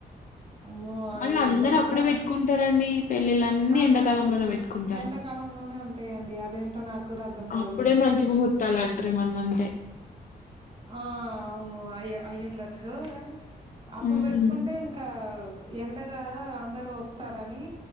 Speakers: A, on the right; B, on the left.
A: అమ్మో అది
B: మళ్ళీ అందరు
A: భయంకరం
B: అప్పుడే పెట్టుకుంటారండి పెళ్ళిళ్లన్నీ
A: అదే
B: ఎండాకాలంలోనే పెట్టుకుంటారు
A: ఎండాకాలంలోనే ఉంటాయండి అదేంటో నాకు కూడా అర్థం కాదు
B: అప్పుడే మంచి ముహూర్తాలు అంటారు ఏమన్నా అంటే
A: ఆ అవును అయ్య అయ్యండచ్చు గానీ అప్పుడు
B: ఉమ్,
A: పెట్టుకుంటే ఇంకా ఎండగా అందరు వస్తారని